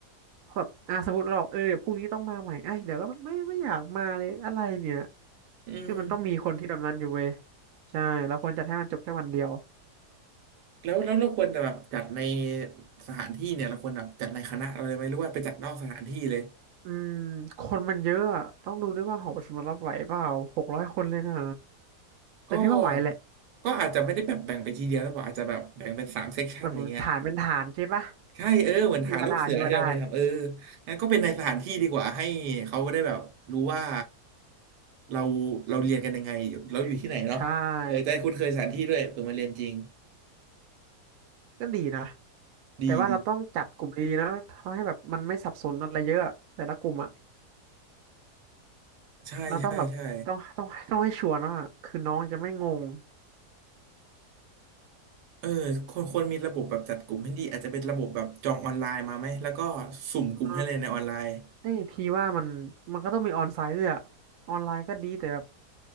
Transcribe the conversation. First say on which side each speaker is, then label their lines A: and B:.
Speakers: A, on the right (about 70°); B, on the right (about 85°).
A: เพราะแบบอ่ะสมมติเราบอกเออเดี๋ยวพรุ่งนี้ต้องมาใหม่ไอ้ยเดี๋ยวก็ไม่ไม่อยากมาเลยอะไรเนี่ย
B: อืม
A: คือมันต้องมีคนที่แบบนั้นอยู่เว้ยใช่แล้วควรจัดให้มันจบแค่วันเดียว
B: แล้วแล้วเราควรจะแบบจัดในสถานที่เนี่ยเราควรแบบจัดในคณะเราเลยไหมหรือว่าไปจัดนอกสถานที่เลย
A: อืมคนมันเยอะอะต้องดูด้วยว่าหอประชุมมันรับไหวเปล่าหกร้อยคนเลยนะแต่พี่ว่าไหวแหละ
B: ก็ก็อาจจะไม่ได้แบบแบ่งไปทีเดียวหรือเปล่าอาจจะแบบแบ่งเป็นสามเซกชันอย่างเงี้ย
A: แบบฐานเป็นฐานใช่ปะ
B: ใช่เออเหมือนหาลูกเสือที่เราเคยทำเออ
A: พี่ว่าได้พี่ว่าได้
B: งั้นก็เป็นในสถานที่ดีกว่าให้เขาได้แบบรู้ว่าเราเราเรียนกันยังไงเราอยู่ที่ไหนเนาะเออจะได้คุ้นเคยสถานที่ด้วยเผื่อมาเรียนจริง
A: ใช่ก็ดีนะ
B: ดีดี
A: แต่ว่าเราต้องจัดกลุ่มดีๆนะทำให้แบบมันไม่สับสนอะไรเยอะแต่ละกลุ่มอะ
B: ใช่ใช่ใช่
A: เราต้องแบบต้องต้องต้องให้ชัวร์นะคือน้องจะไม่งง
B: เออควรควรมีระบบแบบจัดกลุ่มให้ดีอาจจะเป็นระบบแบบจองออนไลน์มาไหมแล้วก็สุ่มกลุ่มให้เลยในออนไลน์
A: เออไอยพี่ว่ามันมันก็ต้องมีออนไซต์ด้วยอะออนไลน์ก็ดีแต่แบบ